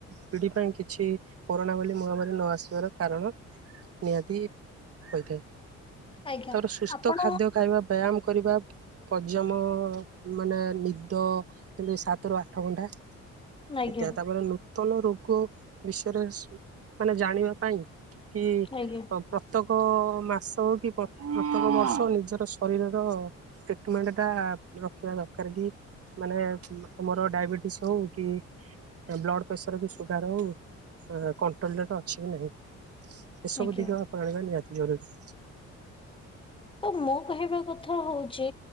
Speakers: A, on the right (about 50°); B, on the left (about 15°).
A: ପିଢ଼ି ପାଇଁ କିଛି କରୋନା ଭଳି ମହାମାରୀ ନ ଆସିବାର କାରଣ ନିହାତି ହୋଇଥାଏ।
B: ଆଜ୍ଞା
A: ତାର ସୁସ୍ଥ
B: ଆପଣ
A: ଖାଦ୍ୟ ଖାଇବା ବ୍ୟାୟାମ କରିବା ପଜମ ମାନେ ନି ଦ କେମିତି ସାତରୁ ଆଠ ଘଣ୍ଟା।
B: ଆଜ୍ଞା
A: ଇତି ତାପରେ ତନୁ ରୋଗ ବିଷୟରେ ମାନେ ଜାଣିବା ପାଇଁ କି
B: ଆଜ୍ଞା
A: ପ୍ରତ୍ୟେକ ମାସ କି ପ୍ରତେ ପ୍ରତ୍ୟେକ ବର୍ଷ ନିଜର ଶରୀରର ଟ୍ରିଟମେଣ୍ଟ ଟା ରଖିବା ଦରକାର କି। ମାନେ ଆମର ଡାଇବେଟିସ ହଉ କି ବ୍ଲଡ଼ ପ୍ରେସର କି ସୁଗାର ହଉ କଣ୍ଟ୍ରୋଲରେ ଅଛି କି ନାହିଁ। ଏସବକୁ
B: ଆଜ୍ଞା।
A: ଦିଗ ଆପଣେଇବା ନିହାତି ଜରୁରୀ।
B: ତ ମୋ କହିବା କଥା ହଉଛି